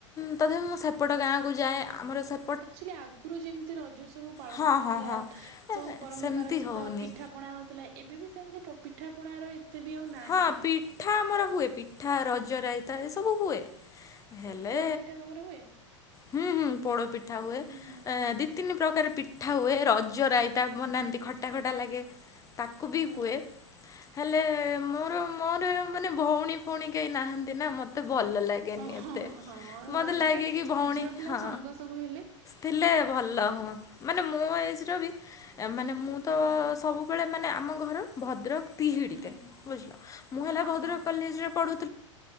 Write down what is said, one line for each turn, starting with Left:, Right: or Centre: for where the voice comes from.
Left: ତଥାପି ମୁଁ ସେପଟ ଗାଁକୁ ଯାଏ। ଆମର ସେ
Right: ଆକ୍ଚୁଆଲି ଆଗରୁ ଯେମିତି ରଜ ସବୁ ପାଳନ
Left: ହଁ
Right: ହଉଥିଲା
Left: ହଁ ହଁ
Right: ସବୁ ପରମ୍ପରା
Left: ସେମିତି
Right: ସହିତ
Left: ହଉନି
Right: ପିଠା ପଣା ହଉଥିଲା ଏବେ ବି ସେମିତି ପିଠାପଣାର ଏତ କେତେ ବି ଆଉ ନାହିଁ।
Left: ହଁ ପିଠା ଆମର ହୁଏ ପିଠା ରଜ ରାଇତା ଏ ସବୁ ହୁଏ। ହେଲେ
Right: ପୋଡ ପିଠା ତମର ହୁଏ?
Left: ହୁଁ ହୁଁ ପୋଡ ପିଠା ହୁଏ
Right: ହୁଁ ହୁଁ
Left: ଦି ତିନି ପ୍ରକାର ପିଠା ହୁଏ ରଜ ରାଇତା ବନାନ୍ତି ଖଟ ଖଟା ଖଟା ଲାଗେ ତା କୁବି
Right: ହୁଁ
Left: ହୁଏ। ହେଲେ ମୋର ମୋର ମାନେ ଭଉଣୀ ଭଉଣୀ କେହି ନାହାନ୍ତି ନା ମତେ ମତେ ଭଲ ଲାଗେନି
Right: ଓ
Left: ଏତେ
Right: ହଁ ହଁ
Left: ମତେ
Right: ରଜରେ
Left: ଲାଗେ କି ଭଉଣୀ
Right: ଝିଅ ପିଲା
Left: ହଁ
Right: ସାଙ୍ଗ ସବୁ ହେଲେ
Left: ଥିଲେ ଭଲ ହୁଅ ମାନେ ମୋ ଏଜ ର ବି ମାନେ ମୁଁ ତ
Right: ହୁଁ
Left: ସବୁବେଳେ ମାନେ ଆମ ଘର ଭଦ୍ରକ। ତିହିଡି
Right: ହୁଁ
Left: ତେ ବୁଝିଲ ମୁଁ ହେଲା
Right: ଓହୋ
Left: ଭଦ୍ରକ କଲେଜରେ ପଢ଼ୁ